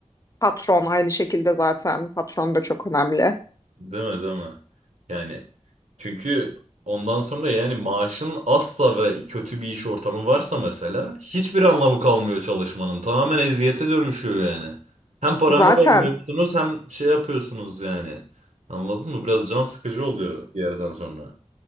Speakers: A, on the left; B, on the right.
A: patron aynı şekilde zaten. Patron da çok önemli.
B: Değil mi, değil mi? Yani çünkü ondan sonra yani maaşın asla ve kötü bir iş ortamı varsa mesela hiçbir anlamı kalmıyor çalışmanın. Tamamen eziyete dönüşüyor yani. Hem paramı
A: Zaten
B: vermiyorsunuz hem şey yapıyorsunuz yani. Anladın mı? Biraz can sıkıcı oluyor bir yerden sonra.